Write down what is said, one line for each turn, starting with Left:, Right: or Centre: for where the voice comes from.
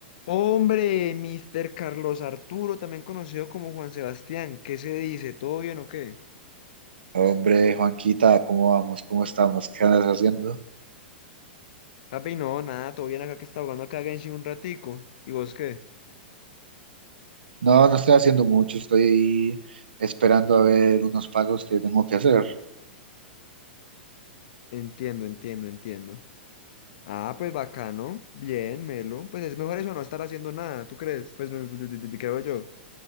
Left: Hombre, Mr. Carlos Arturo, también conocido como Juan Sebastián, ¿qué se dice? ¿Todo bien o qué?
Right: Hombre, Juanquita, ¿cómo vamos? ¿Cómo estamos? ¿Qué andas haciendo?
Left: Papi, no, nada, todo bien acá que está jugando acá a Genshin un ratico. ¿Y vos qué?
Right: No, no estoy haciendo mucho, estoy esperando a ver unos pagos que tengo que hacer.
Left: Entiendo, entiendo, entiendo. Ah, pues bacano, bien, Melo. Pues es mejor eso no estar haciendo nada, ¿tú crees? Pues no, yo- yo- yo- creo yo.